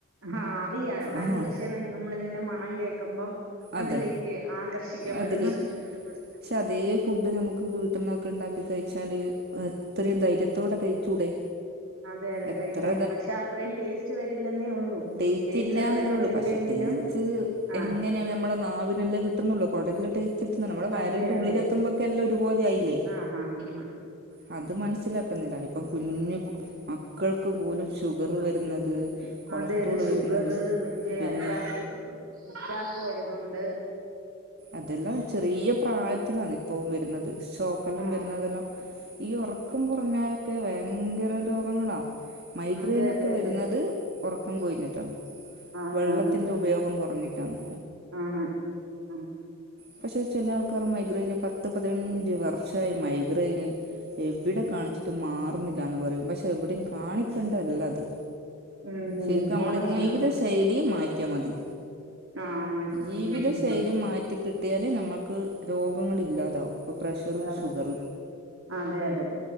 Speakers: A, on the right (about 75°); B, on the right (about 50°).
A: ആ അറിയാ എന്നാലുംപക്ഷേ
B: ആഹ്
A: നമ്മള്തിന്റെ മണം കേക്കുമ്പം
B: അതെ
A: അതിലേക്ക് ആകർഷിക്കപ്പെടുന്നു
B: അതിലേക്ക് ക്ഷെ അതേ ഫുഡ് ഞമുക്ക് വീട്ട്ന്നൊക്കെ ക്കണ്ടാക്കി കഴിച്ചാല് അത്രയും ധൈര്യത്തോടെ കഴിച്ചൂടെ.
A: അതെ അതെ
B: എത്ര
A: കഴിക്കാം. പക്ഷെ അത്രയുംടേസ്റ്റ് വരില്ലെന്നേ ഉള്ളൂ.
B: ടേസ്റ്റില്ലാന്നെല്ലുള്ളൂ
A: ടേസ്റ്റ് അത്രയും വരില്ലെങ്കിലും
B: പക്ഷെ ടേസ്റ്റ്
A: ആഹ്
B: എങ്ങനെയാണ്ഞമ്മളെ നാവിനല്ലെ കിട്ടുന്നുള്ളൂ. <unintelligible> കൊടലിട്ട്ിച്ചിട്ടുന്ന നമ്മടെ വയറിന്റെ
A: അതെ
B: ഉള്ളിലെത്തുമ്പോക്കെല്ലാം
A: അതെ
B: ഒരുപോലെയായില്ലേ
A: ആഹ് ആഹ് ആഹ്
B: ആ അത് മനസ്സിലാക്കുന്നില്ല. ഇപ്പകുഞ്ഞു മക്കൾക്ക് പോലുംഷുഗറ് വരുന്നത് കൊളസ്ട്രോള്
A: അതെ അതെ ഷുഗർ
B: വരുന്നത്
A: മറ്റേ
B: പിന്നെ
A: അറ്റാക്ക് അറ്റാക്ക് വരുന്നുണ്ട്.
B: അതെല്ലാംചെറിയ പ്രായത്തിലാണ്. ഇപ്പോവരുന്നത് ഷോക്കെല്ലാം
A: ആഹ്
B: വരുന്നതെല്ലാം. ഈ ഒറക്കംകുറഞ്ഞാലൊക്കെ ഭയങ്കര രോഗങ്ങളാ. മൈഗ്രെയിനൊക്കെവരുന്നത്
A: അതെ അതെ അതെ
B: ഒറക്കം കൊഴിഞ്ഞിട്ടാണ്
A: ആണ്
B: വെള്ളത്തിന്റെ
A: ആണ്
B: ഉപയോഗംകുറ ഞ്ഞിട്ടാണ്.
A: ആണ് ആ
B: പക്ഷെ ചിലാൾക്കാരെമൈഗ്രൈന് പത്ത് പതിനഞ്ച് വർഷായി മൈഗ്രെയിന് എവിടെ കാണിച്ചിട്ട് മാറുന്നില്ലന്ന് പറയും പക്ഷെ എവിടയും കാണിക്കണ്ടല്ല
A: ഉം
B: അത്
A: ഉം
B: ശരിക്കും നമ്മുടെ
A: ഉറങ്ങിയാ
B: ജീവിത ശൈലി മാറ്റിയാ മതി
A: ആ മാറ്റന്നത്
B: ജീവിത
A: ഉം
B: ശൈലി
A: ഉം
B: മാറ്റി കിട്ടിയാലേ നമ്മുക്ക് രോഗങ്ങള് ഇല്ലാതാവും ഇപ്പോൾ പ്രഷർ
A: ല്ല
B: ഷുഗർ
A: അതെ അതെ